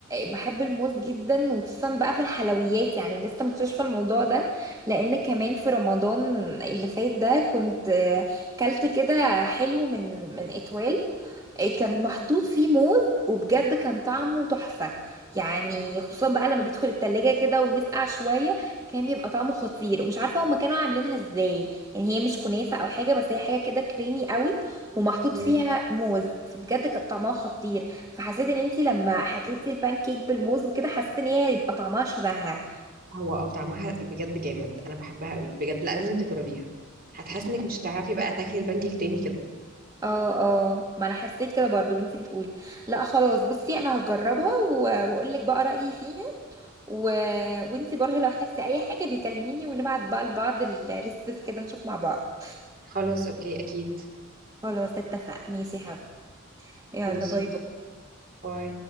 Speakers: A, on the right; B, on the right.
A: بحب الموز جدا وخصوصا بقى في الحلويات يعني لسه مكتشفة الموضوع ده لان كمان في رمضان اللي فات ده كنت آه، كلت كده حلو من من اتوال آه، كان محطوط فيه موز وبجد كان طعمه تحفة يعني خصوصا بقى لما بيدخل التلاجة كده ويسقع شوية كان بيبقى طعمه خطير ومش عارفة هما كانوا عاملينها ازاي يعني هي مش كنافة او حاجة بس هي حاجة كده كريمي قوي ومحطوط
B: مم.
A: فيها موز فبجد كان طعمها خطير فحسيت ان انتي لما حكيتي البان كيك بالموز وكده حسيت ان هي يبقى طعمها شبهها
B: هو او طعمها بجد جامد انا بحبها قوي بجد لا، لازم تجربيها هتحس انك مش هتعرفي بقى تاكلي البانكيك تاني كده
A: اه اه ما انا حسيت كده برضو وانتي بتقولي لا خلاص بصي انا هجربها و- واقول لك بقى رايي فيها و... وانتي برضو لو احتجتي اي حاجه بيكلميني ونبعت بقى لبعض الريسبس كده نشوف مع بعض
B: خلاص اوكي اكيد
A: خلاص اتفق ماشي يا حبيبي يلا
B: ماشي
A: باي باي
B: باي